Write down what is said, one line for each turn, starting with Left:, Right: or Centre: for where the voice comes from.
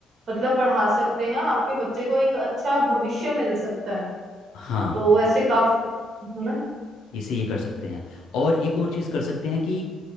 Right: मतलब पढ़ा सकते हैं आपके बच्चे को एक अच्छा भविष्य मिल सकता है
Left: हाँ
Right: तो ऐसे काफी है ना
Left: इसे ये कर सकते हैं और एक और चीज़ कर सकते हैं कि